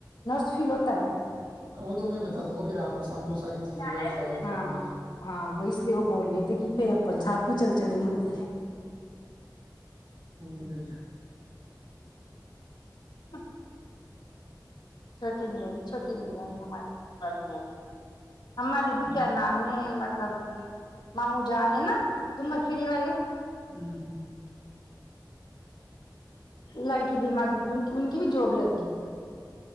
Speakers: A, on the left; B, on the right.
A: نرس فیل ہوتا ہے
B: ا وہ تو میں بتا دوں گا رپ گ <unintelligible> سامبو ساری
A: ہے
B: چیزیں بھائی کیا ہے
A: ہاں
B: کیا نہیں ہے
A: ہاں وہ اس وہ بول رہے تھے کہ پھر اپنے ساتھ میں چل چلیں گے نہیں
B: وہ نہیں تو گ
A: اچ <unintelligible> چھوٹیین بھی چھوٹی ن م ہمارے بھی
B: ہوں
A: کیا نام ہے مطلب کہ مامو جان ہے نا د چڑی والے
B: ہوں
A: لڑکی دی مد د تو ان کی بھی جاب لگ گئی